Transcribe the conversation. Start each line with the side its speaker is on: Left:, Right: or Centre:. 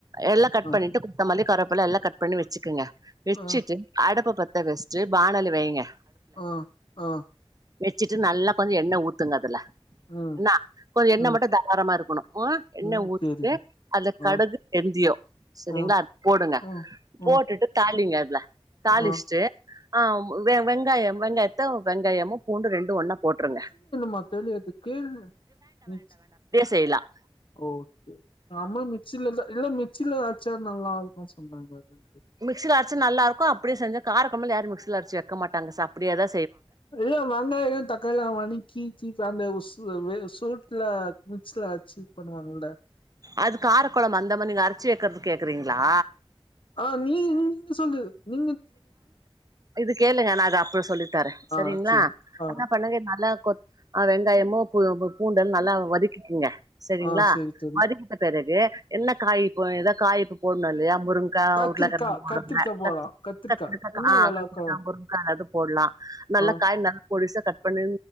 Right: எல்லாம் கட்
Left: ஆ
Right: பண்ணிட்டு கொந்தமல்லி கருவா அப்பல்லாம் எல்லாம் கட் பண்ணி வச்சுக்கங்க வச்சிட்டு
Left: ஆ
Right: அடுப்ப பத்த வச்சிட்டு பானல் வைங்க
Left: ஆஹ் ஆஹ்
Right: வச்சிட்டு நல்லா கொஞ்ச எண்ணெய் உ ஊத்துங்க அதுல
Left: ம்
Right: எண்ண கொஞ்சம் எண்ணெ
Left: ம்
Right: மட்டும் தாரளமா இருக்கணும் எண்ணெய்
Left: ம்
Right: ஊத்தி
Left: சேரிங்க
Right: அதில கடுகு
Left: ஆ
Right: வெந்தியம் சரிங்களா
Left: ஆ
Right: போடுங்க
Left: ஆ
Right: போட்டுட்டு
Left: ஆ
Right: தாளிங்க தாளிச்சிட்டு
Left: ஆ
Right: ஆஹ் வெங்காயம் வெங்காயத்த வெங்காயமும் பூண்டு ரெண்டு ஒன்னா போட்ருங்க
Left: முதல் எதுக்கு மிக்சு
Right: செய்லாம்
Left: ஓகே ஆமா மிச்சிலந்தா இல்ல மிச்சில அ ச்ச நல்ல ஆள் தா சொன்னாங்க அதுக்கு
Right: மிக்ஸில அரைச்சு நல்லா இருக் கா அப்படியே செஞ்ச கார கொம்பல் யாரு மிக்சல அரச்சிவக்க மாட்டாங்க சார் அப்படியேதா
Left: வெயு வங்காயோ தக்காளிலா வணக்கி இப்ப அந்த ஸ்சுவவே சூட்ல அ மிக்ஸில அரச்சீ பண்ணுவாங்கல்ல
Right: அது காரக்கொழம்பு அந்த மாரி நீங்க அரச்சி வைக்கறது கேக்கறீங்களா
Left: ஆஹ் நீ நீங்க சொல்லு நீ
Right: இது கேளுங்க நா அத அப்பறம் சொல்லி தரே சரிங்களா
Left: ஆ சேரி ஆ
Right: என்ன பண்ணுங்க நல்லா கொத் அ வெங்காயமு கொ பூண்டல்லா நல்லா வதக்கிக்குங்க சரிங்களா
Left: ஆ சேரி தோழி
Right: வதிக்கிட்ட பிறகு என்ன காய் கொ ஏதோ காய் இப்ப போடணும் முருங்கா
Left: கத்திரிக்கா
Right: உருளகழுங்க போடுங்க
Left: கத்திரிக்கா போலா கத்திரிக்கா
Right: கத்ரிக்காதா
Left: இன்னு
Right: ஆ
Left: நல்லா
Right: கத்ரிக்கா
Left: இருக்கு
Right: முருங்கா அது போடலாம் நல்ல
Left: ஆ
Right: காய் நா பொடிசா கட் பண்னு